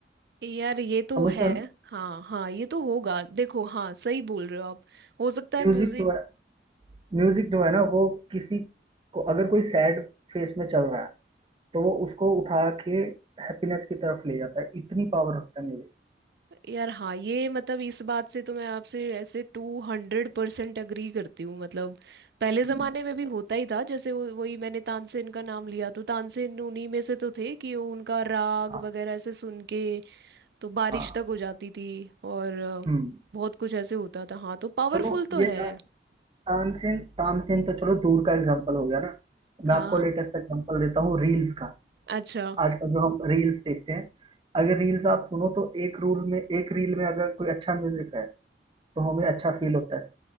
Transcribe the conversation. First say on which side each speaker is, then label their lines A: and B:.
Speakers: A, on the right; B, on the right.
A: यार ये तो
B: समझते
A: है
B: हो ना।
A: हाँ हाँ ये तो होगा देखो हाँ सही बोल रहे हो आप हो सकता है
B: म्यूजिक
A: म्यूजिक
B: जो है म्यूजिक जो है ना वो किसी को अगर कोई सैड फेस में चल रहा है तो वो उसको उठा के हैप्पीनेस की तरफ ले जाता है इतनी पावर रखता है
A: यार हाँ ये मतलब इस बात से तो मैं आपसे ऐसे टू हंड्रेड परसेंट अग्री करती हूँ मतलब पहले ज़माने
B: म्यूजिक
A: में भी होता ही था जैसे वो वही मैंने तानसेन का नाम लिया तो तानसेन उन्हीं में से तो थे कि वो उनका राग
B: हाँ
A: वगैरह ऐसे सुन के तो बारिश
B: हाँ
A: तक हो जाती थी और अ,
B: हम्म
A: बहुत कुछ ऐसे होता था हाँ तो पावरफुल
B: चलो
A: तो
B: ये
A: है
B: था तानसेन तानसेन तो चलो दूर का एग्जांपल हो गया ना मैं
A: हाँ
B: आपको लेटेस्ट एग्जांपल देता हूँ रील्स का
A: अच्छा
B: आजकल जो हम रील्स देखते हैं अगर रील्स आप सुनो तो एक रूल में एक रील में अगर कोई अच्छा म्यूजिक है तो हमें अच्छा फील होता है